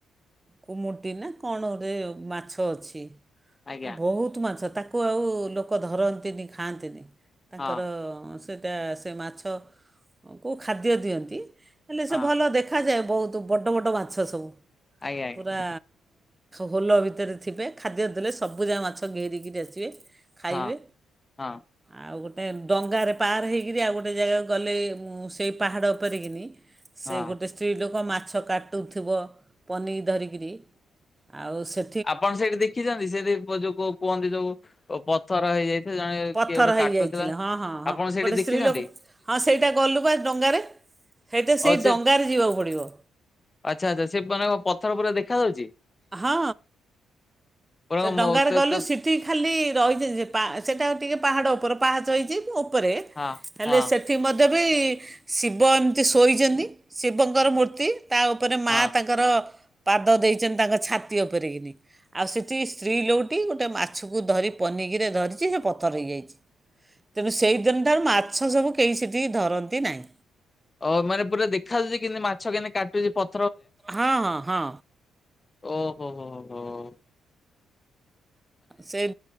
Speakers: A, on the right; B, on the left.
A: କୁମୁଟି ନା କଣ ଗୋଟେ ମାଛ ଅଛି?
B: ଆଜ୍ଞା
A: ବହୁତ୍ ମାଛ ତାକୁ ଆଉ ଲୋକ ଧରନ୍ତିନି ଖାଆନ୍ତିନି ତାଙ୍କର
B: ହଁ
A: ସେଟା ସେ ମାଛକୁ ଖାଦ୍ୟ ଦିଅନ୍ତି ହେଲେ
B: ହଁ
A: ସେ ଭଲ ଦେଖ୍ ଦେଖାଯାଉ ବହୁତ୍ ବଡ଼ ବଡ଼ ମାଛ ସବୁ
B: ଆଜ୍ଞା ଆଜ୍ଞା
A: ପୁରା। ହୋଲ ଭିତରେ ଥିବେ ଖାଦ୍ୟ ଦେଲେ ସବୁ ଯାଏ ମାଛ ଘେରିକିରି ଆସିବେ। ଖାଇବେ।
B: ହଁ ହଁ
A: ଆଉ ଗୋଟେ ଡଙ୍ଗାରେ ପାର ହେଇକରି ଆଉ ଗୋଟେ ଜାଗାକୁ ଗଲେ ସେଇ ପାହାଡ଼ ଉପରେକିନି ସେ
B: ହଁ
A: ଗୋଟେ ସ୍ତ୍ରୀ ଲୋକ ମାଛ କାଟୁଥୁବ ପନିକି ଧରିକିରି ଆଉ ସେ
B: ଆପଣ ସେଇଠି ଦେଖିଚନ୍ତି ସେଠି ଯୋ କୋଉ କୁହନ୍ତି ଯୋଉ ପଥର ହେଇଯାଇଥାଏ ଜଣେ
A: ପଥର
B: କିଏ ଗୋଟେ
A: ହେଇଯାଇଥିଲେ
B: କାଟୁଥିଲା
A: ହଁ ହଁ ହଁ
B: ଆପଣ ସେଇଠି
A: ଗୋଟେ
B: ଦେଖିଛନ୍ତି?
A: ସ୍ତ୍ରୀଲୋକ ହଁ ସେଇଟା ଗଲୁବା ଡଙ୍ଗାରେ। ହେଇଟା ସେଇ
B: ହଉ ସେ
A: ଡଙ୍ଗାରେ ଯିବାକୁ ପଡ଼ିବ।
B: ଆଚ୍ଛା ଆଚ୍ଛା ସେ ମାନେ ପଥର ପୁରା ଦେଖାଯାଉଛି?
A: ହଁ।
B: ପୁରା
A: ସେ
B: କଣ
A: ଡଙ୍ଗାରେ
B: ମୋ ତ
A: ଗଲୁ
B: କ
A: ସିପ୍ ଟି ଖାଲି ରହିଯି ଯେ ସେଟା ଟିକେ ପାହାଡ ଉପରେ ପାହାଚ ହେଇଛି ଉପରେ
B: ହଁ
A: ହେଲେ
B: ହଁ
A: ସେ ସେ ମଧ୍ୟ ବି ଶିବ ଏମିତି ଶୋଇଚନ୍ତି ଶିବଙ୍କର ମୂର୍ତ୍ତି। ତା ଉପରେ ମା
B: ହଁ
A: ତାଙ୍କର ପାଦ ଦେଇଚନ୍ତି ତାଙ୍କ ଛାତି ଉପରେକିିନି ଆଉ ସେ ଟି ସ୍ତ୍ରୀ ଲୋକଟି ଗୋଟେ ମାଛକୁ ଧରି ପନିକିରେ ଧରିଛି ସେ ପଥର ହେଇଯାଇଛି। ତେବେ ସେହିଦିନି ଠାରୁ ମାଛ ସବୁ କେହି ସେଠି ଧରନ୍ତି ନାହିଁ।
B: ଓ ମାନେ ପୁରା ଦେଖାଯାଏ କେମତି ମାଛ କେମତି କାଟୁଛି ପ
A: ହଁ ହଁ ହଁ।
B: ଓ ହୋ ହୋ ହୋ ହୋ।
A: ସେଇ